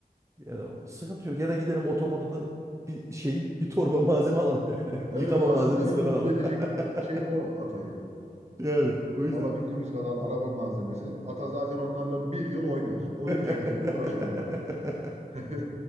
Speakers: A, on the right; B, on the right.
A: Ya da sıkıntı yok. Ya da gidelim otomodadan bir şey, bir torba malzeme alalım yani.
B: Evet
A: <laughs> Yıkama
B: evet, aslında
A: malzemesi
B: en
A: falan
B: mutlu
A: alalım.
B: edecek şey
A: <laughs>
B: o Atay'ı.
A: Yani o yüzden.
B: Alabildiğimiz kadar araba malzemesi. Ata zaten onlarla bir yıl oynar.
A: <laughs>
B: Oyuncak gibi uğraşır onlarla. <laughs> Hı